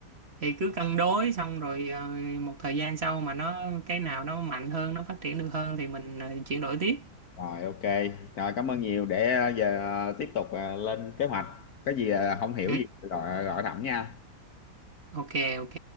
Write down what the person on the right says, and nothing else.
thì cứ cân đối xong rồi ờ, một thời gian sau mà nó cái nào nó mạnh hơn nó phát triển được hơn thì mình ờ, chuyển đổi tiếp
Ừ.
ok ok